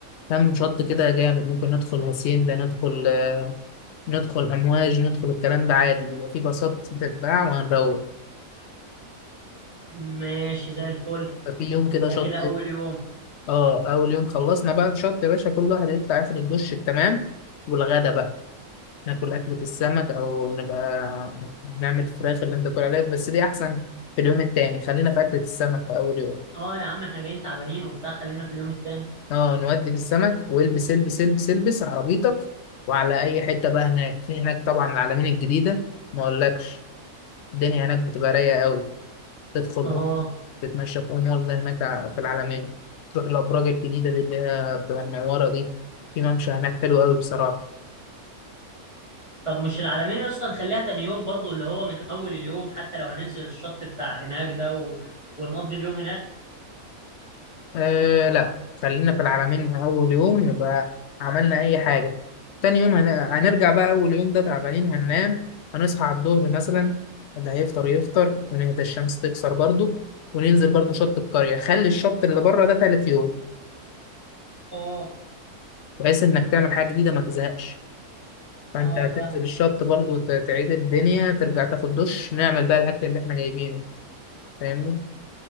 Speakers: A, on the left; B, on the right.
A: كام شط كده جامد ممكن ندخل هاسين ده ندخل آه، ندخل أمواج ندخل الكلام ده عادي بيبقى في باصات بتتباع وهنروح
B: ماشي زي الفل
A: ففي يوم كده
B: ده
A: شط
B: كده اول يوم
A: اه أول يوم خلصنا بقى الشط يا باشا كل واحد يطلع ياخد الدش التمام والغدا بقى ناكل أكلة السمك أو نبقى نعمل فراخ اللي أنت بتقول عليها بس دي أحسن في اليوم التاني خلينا في أكلة السمك في أول يوم
B: اه يا عم احنا جايين تعبانين وبتاع خلينا في اليوم التاني
A: اه نودي في السمك والبس البس البس البس عربيتك وعلى اي حته بقى هناك في هناك طبعا العلمين الجديده ما اقولكش الدنيا هناك بتبقى رايقه قوي تدخل
B: اه
A: أم- تتمشى في امور ده هناك ع- في العلمين تروح الابراج الجديده دي اللي هي بتبقى منوره دي في ممشى هناك حلو قوي بصراحه
B: طب مش العلمين يا اسطى نخليها تاني يوم برضو اللي هو من اول اليوم حتى لو هننزل الشط بتاع هناك ده و... ونقضي اليوم هناك
A: آه لا خلينا في العلمين من أول يوم نبقى عملنا أي حاجة تاني يوم هن... هنرجع بقى أول يوم ده تعبانين هننام هنصحى على الظهر مثلا اللي هيفطر يفطر ونهدى الشمس تكسر برضو وننزل برضو شط القرية خلي الشط اللي بره ده تالت يوم
B: اه
A: بحيث إنك تعمل حاجة جديدة ما تزهقش فأنت
B: اه
A: هتنزل
B: فاهمه
A: الشط برضو وت- تعيد الدنيا ترجع تاخد دش نعمل بقى الأكل اللي إحنا جايبينه فاهمني